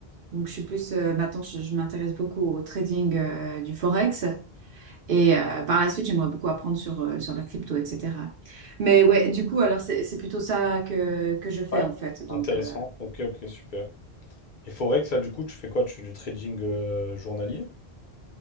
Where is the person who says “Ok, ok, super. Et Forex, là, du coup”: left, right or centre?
Left